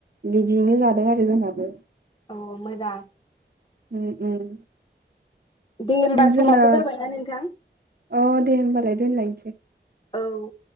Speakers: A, on the right; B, on the left.
A: बिदियैनो जादों आरो जोंहाबो
B: औ मोजां
A: ओम ओम
B: दे होमबा
A: जोंना
B: समाबो जाबायना नोंथां
A: औ दे होनोमबालाय दोनलायसै
B: औ